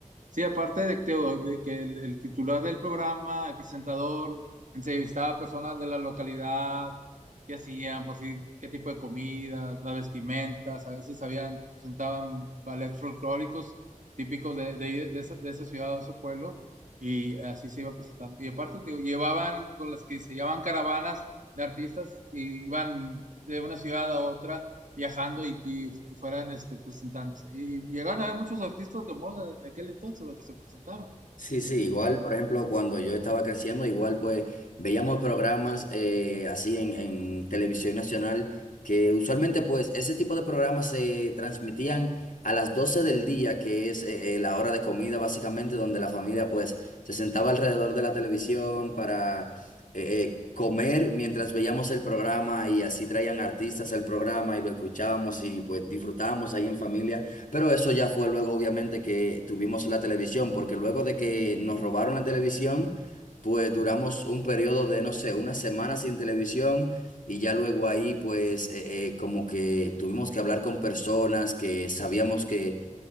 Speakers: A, on the right; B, on the left.
A: sí aparte de, que de que el, el titular del programa, el presentador, entrevistaba a personas de la localidad, qué hacían, por si qué tipo de comidas, las vestimentas. A veces habían, presentaban ballets folclóricos típicos de, de, ahí, de esa, de esa ciudad o ese pueblo, y así se iba presentando. Y aparte, te digo, llevaban con las que se llamaban caravanas de artistas, y iban de una ciudad a otra viajando y que fu- fueran este, presentándose. Y llegaron a haber muchos artistas de moda de aquel entonces, los que se presentaban.
B: Sí, sí, igual,
A: Sí,
B: por ejemplo, cuando yo estaba creciendo, igual pues veíamos programas eh, así en, en televisión nacional, que usualmente pues ese tipo de programas se transmitían a las 12 del día, que es eh, eh, la hora de comida básicamente, donde la familia pues se sentaba alrededor de la televisión para eh, eh, comer mientras veíamos el programa y así traían artistas al programa y lo escuchábamos y pues disfrutábamos ahí en familia. Pero eso ya fue luego, obviamente, que tuvimos la televisión, porque luego de que nos robaron la televisión, pues duramos un periodo de, no sé, una semana sin televisión y ya luego ahí, pues, eh, eh, como que tuvimos que hablar con personas que sabíamos que